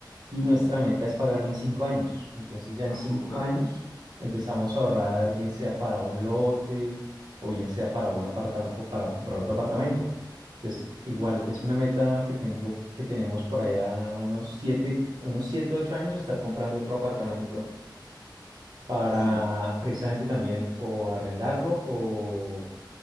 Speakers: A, on the right (about 60°); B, on the left (about 40°).
A: y
B: Ujú.
A: nuestra meta es pagarlo en cinco años. Entonces ya
B: Ah,
A: en cinco
B: súper.
A: años empezamos a ahorrar, bien sea para un lote o bien sea para un apartamento o para comprar otro apartamento. Entonces, igual es una meta que tengo, que tenemos por allá unos siete, unos siete, ocho años estar comprando otro apartamento para
B: Sí,
A: precisamente también o arrendarlo o